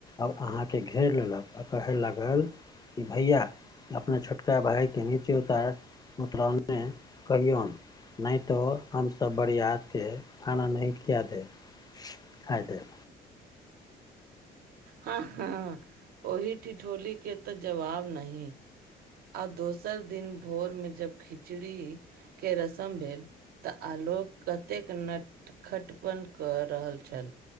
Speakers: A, on the left (about 25°); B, on the right (about 65°).
A: आब अहाँ के घेर लेलक आ कहै लागल कि भैया अपना छोटका भाय के नीचे उतार उतरोन मे कहियौन नै त हम सब बरियात के खाना नहि खिया देब। खाय देब।
B: हं हं ओहि ठिठोली के तऽ जवाब नहि। आ दोसर दिन भोर में जब खिचड़ी के रस्म भेल तऽ आलोक कतेक नख खटपन कऽ रहल छल।